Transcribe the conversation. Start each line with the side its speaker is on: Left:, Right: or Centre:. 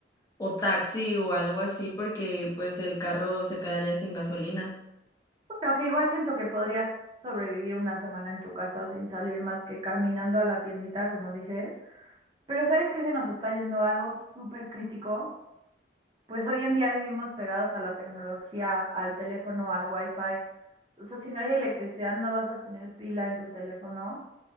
Left: o taxi o algo así porque pues el carro se quedaría sin gasolina.
Right: Aunque igual siento que podrías sobrevivir una semana en tu casa sin salir más que caminando a la tiendita, como dices. Pero ¿sabes qué se nos está yendo algo súper crítico? Pues hoy en día vivimos pegados a la tecnología, al teléfono, al wifi. O sea, si no hay electricidad, no vas a tener pila en tu teléfono,